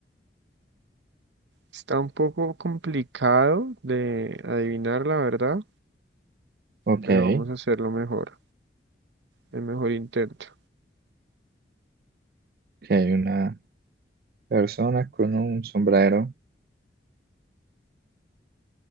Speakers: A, on the right; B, on the right.
A: está un poco complicado de adivinar, la verdad,
B: Ok.
A: pero
B: Que
A: vamos a hacerlo mejor, el mejor intento.
B: hay una persona con un sombrero